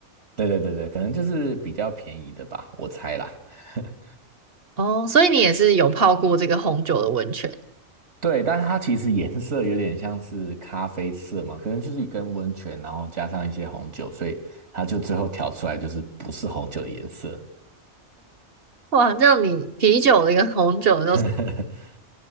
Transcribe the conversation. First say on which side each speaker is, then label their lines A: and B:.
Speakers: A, on the right; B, on the right.
A: 对对对对，可能就是比较便宜的吧，我猜啦。<laughs>
B: 哦，所以你也是有泡过这个红酒的温泉。
A: 对，但是它其实颜色有点像是咖啡色嘛，可能就是一根温泉，然后加上一些红酒，所以它就最后调出来就是不是红酒的颜色。
B: 哇，这样你啤酒的跟红酒的都
A: <laughs>